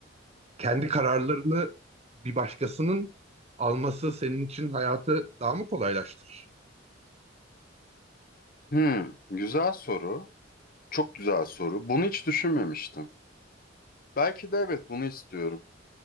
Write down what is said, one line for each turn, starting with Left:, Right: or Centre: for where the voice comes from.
Right: kendi kararlarını bir başkasının alması senin için hayatı daha mı kolaylaştırır?
Left: Hı, güzel soru. Çok güzel soru. Bunu hiç düşünmemiştim. Belki de evet bunu istiyorum.